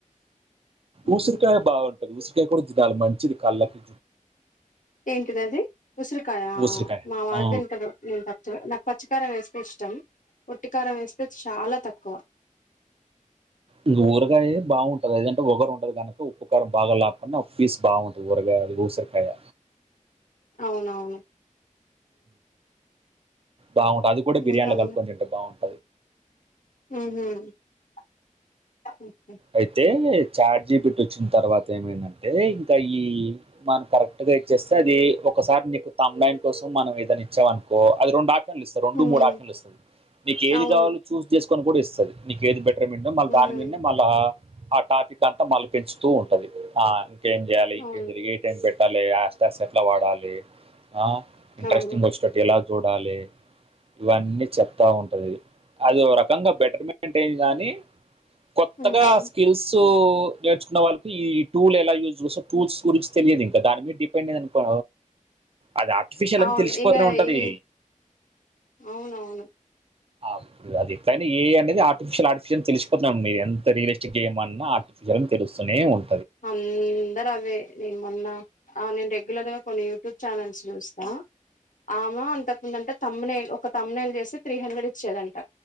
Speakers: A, on the left (about 70°); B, on the right (about 45°).
A: హ్మ్
B: ఊసిరికాయ బాగుంటుంది ఉసరికాయ కూడా చాల మంచిది కళ్ళకి
A: ఏంటిదది ఉసిరికాయ
B: ఉసిరికాయ
A: మా వారు
B: ఆ.
A: దింటరు నేను నాకు పచ్చి కారం వేస్తే ఇష్టం ఉట్టి కారం వేస్తే చాలా తక్కువ
B: ఇంగ ఊరగాయ బాగుంటది అదంటే వగరు ఉంటది కనుక ఉప్పుకారం బాగా లేకుండా పీస్ బాగుంటది ఊరగాయ ఊసరఖాయ
A: అవునవును
B: బాగుంటది అది కూడా బిర్యాలో
A: ఇంకా అండి.
B: కలుపుకొనిదింటే బాగుంటు
A: ఉహు
B: అయితే చాట్ జీపీటీ వచ్చిన తర్వాత ఏమైందం అ ఇంకా ఈ మనం కరెక్ట్ గా ఇచ్చేస్తే అది ఒకసారి నీకు కమ్ బాక్ కోసం మనం ఏదనా ఇచ్చం అనుకో అది రెం ఇస్తరు రెండు
A: ఉమ్
B: మూడు ఆప్షన్లు ఇస్తది నీకు ఏది
A: అవును
B: కావాలో చూస్ చేసుకొని కూడా ఇస్తది నీది పెట్ట మళ్ళ
A: ఉమ్
B: దాని మీదే మళ్ళ ఆ టాపిక్ అంతా మళ్ళీ పెంచుతూ ఉంటది ఆ ఏం జేయాలి ఇంకేం
A: అవును
B: చేయాలి ఏ టైం పెట్టాలి యాస్టాస్ ఎట్లా వాడాలి ఆ ఇంట్రెస్టింగ్
A: అవును
B: వచ్చేటట్టు ఎలా చూడాలి ఇవన్నీ చెప్తా ఉంటది అది ఒక రకంగా బెటర్మెంట్ ఏది గానీ కొత్తగా
A: ఉమ్
B: స్కిల్స్ నేర్చుకున్న వాళ్ళకి ఈ టూల్ ఎలా యూజ్ చేస్తో టూల్స్ గురించి తెలియదు ఇంకా దాని మీద డిపెండ్ అయినాననుకో అది ఆర్టిఫిషియల్
A: అవును
B: అని తెలిసిపోతనే
A: ఇంగ
B: ఉంటది
A: ఈ అవునవును
B: అప్పుడు అది ఎట్లైనా ఏఐ అనేది ఆర్టిఫిషియల్ ఆర్టిఫిషియల్ తెలిసుపోతున్నాం మీరు ఎంత రియలిస్టిక్ గేమ్ అన్నా విజయం తెలుస్తూనే ఉం
A: అందరు అవే నేను మొన్న ఆ నేను రెగ్యులర్ గా కొన్ని ట్యూబ్ ఛానల్స్ చూస్తా ఆమ అంతకుముందంటే తమ్మనే ఒక తమ్మునేలు చేసి త్రీ హండ్రెడ్ ఇచ్చేదంట